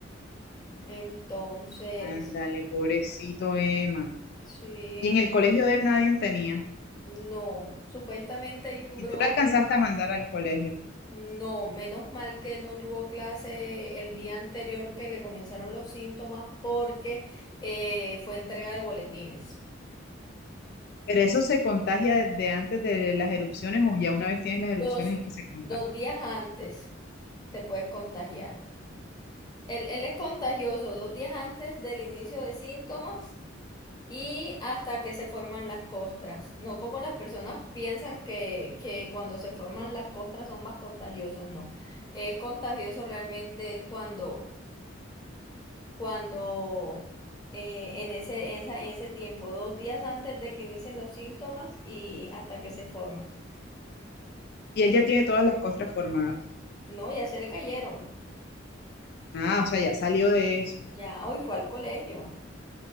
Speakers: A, on the left; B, on the left.
A: Entonces,
B: Ándale, pobrecito Emma.
A: sí,
B: Y en
A: me-
B: el colegio de él nadie tenía.
A: no. Supuestamente hay un
B: ¿Y
A: brote
B: tú la alcanzaste a mandar al colegio?
A: No, menos mal que él no tuvo clase el día anterior que le comenzaron los síntomas porque eh, fue entrega de boletines.
B: Pero eso se contagia desde antes de las erupciones o ya una vez tienes las erupciones
A: Dos,
B: es que se contagia.
A: dos días antes te puedes contagiar. Él, él es contagioso dos días antes del inicio de síntomas y hasta que se forman las costras. No como las personas piensan que, que cuando se forman las costras son más contagiosos, no. Es contagioso realmente es cuando cuando eh, en ese, en esa- en ese tiempo, dos días antes de que inicien los síntomas y hasta que se forma,
B: Y
A: Em,
B: él ya tiene todas las costras formadas.
A: no, ya se le cayeron,
B: Ah, o sea, ya salió de eso.
A: ya hoy fue al colegio.